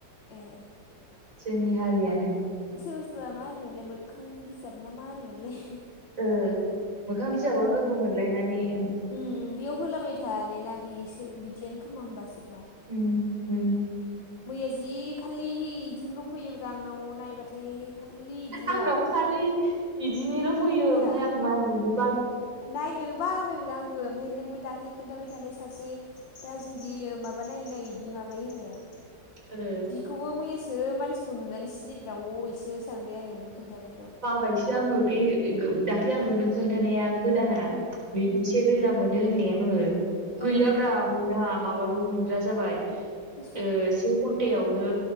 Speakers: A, on the left; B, on the right.
A: ए
B: जोंनि
A: ए
B: हारियानो
A: सोरबा सोरबा मा होनोमोनलाय मोखां बिजाब ना मा होनो मोनलाय?
B: ओ मोखां बिजाबाव लोगो मोनलायनानै ओ
A: उम उम बेयाव होलाबाय थानाय ना बिसो बिदियानो खोमा होमबा सोरबा
B: उम उम
A: मैया जि खालि इदिनोल' फैयोब्रा आंनाव नायबाथाय खालि इदिल'
B: आंनावबो खालि इदिनोल' फैयो
A: मैया
B: ओमफाय आं लाजियो
A: नायनोनो बाबाय ब्रा आंबो ओमफाय नों बे दाखलै खोन्थाबाय थानाय सासे दा जोंदि माबा नायै नायै दि माबायो होननाया
B: आरो
A: बिखौबो मैयासो मानसिखौ नुनानै सिनायब्रा अ इसो सानबाय आङो नों खोन्थानायखो
B: बाबायसो आङो बे ए गो दाख्लै आं नोंनो खोन्थानाया गोदाना
A: उम
B: नैजिसे
A: उम
B: रोजा मोनो होननाया आङो गैयाब्रा
A: ओ ओ
B: मोना माबाल' मोनग्रा जाबाय
A: बेसेबां
B: ओ से घन्टायावनो